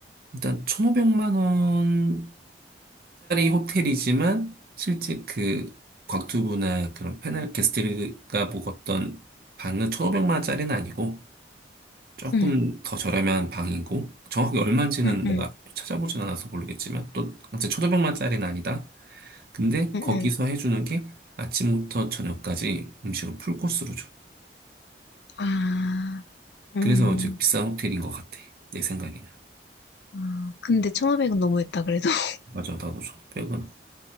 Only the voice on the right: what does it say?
일단 1,500만 원짜리 호텔이지만 실제 그 곽튜브나 그런 패널 게스트가 묵었던 방은 1,500만 원짜리는 아니고 조금
더 저렴한 방이고 정확히 얼마인지는
내가
찾아보진 않아서 모르겠지만 또 이제 1,500만 원짜리는 아니다. 근데
거기서
해주는 게 아침부터 저녁까지 음식을 풀코스로 줘.
그래서 이제 비싼 호텔인 것 같아. 내 생각에는.
맞아, 나도 1,500은